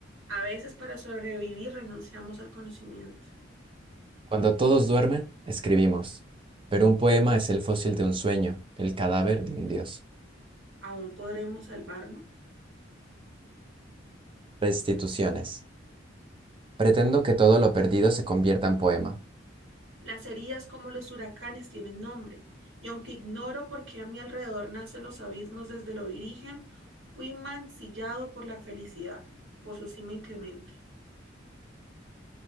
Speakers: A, on the right; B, on the right.
A: A veces para sobrevivir renunciamos al conocimiento.
B: Cuando todos duermen, escribimos. Pero un poema es el fósil de un sueño, el cadáver de un dios.
A: ¿Aún podremos salvarnos?
B: Restituciones. Pretendo que todo lo perdido se convierta en poema.
A: Las heridas como los huracanes tienen nombre, y aunque ignoro por qué a mi alrededor nacen los abismos desde lo origen, fui mancillado por la felicidad, por su cima inclemente.